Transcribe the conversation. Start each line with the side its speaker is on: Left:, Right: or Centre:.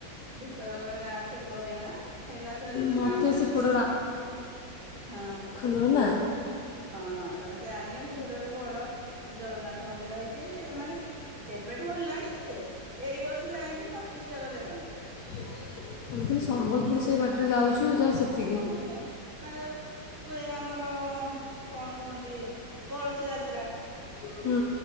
Right: ଭିତର ଗୋଟେ ଗାଁ ଅଛି ଏକଘରିଆ ଗାଁ, ସେଇଟା
Left: ମୋତେ
Right: ବ୍ରାହ୍ମଣୀ
Left: ସେପଟ
Right: ନଦୀକୁୁ, ହଁ
Left: ନୁଅ ନା
Right: ହଁ ତମେ ଜାଣିନ, କିନ୍ତୁ ହେଟେ ଗୋଟେ ବଡ ଜଗନ୍ନାଥ ମନ୍ଦିର ହେଇଛି ମାନେ କେବେଠୁ ହେଲାଣି ଯେ ଏଇ ବର୍ଷ ଯାଇଁକି ପଚିଷ୍ଟା କଲେ ତାଙ୍କୁ।
Left: ମୁଁ କହିଲି ସମ୍ବଲପୁର
Right: ଏଇ ବର୍ଷ
Left: ସେଇ ବାଟରେ
Right: ପ୍ରଚେଷ୍ଟା
Left: ଯାଉଛୁ
Right: କଲେ
Left: ଯାହା
Right: ଯେ
Left: ସେତିକି।
Right: ସମସ୍ତେ ମାନେ ହୁଏ ଆମର କଣ କୁହନ୍ତି କଳସ ଯାତ୍ରା।
Left: ହୁଁ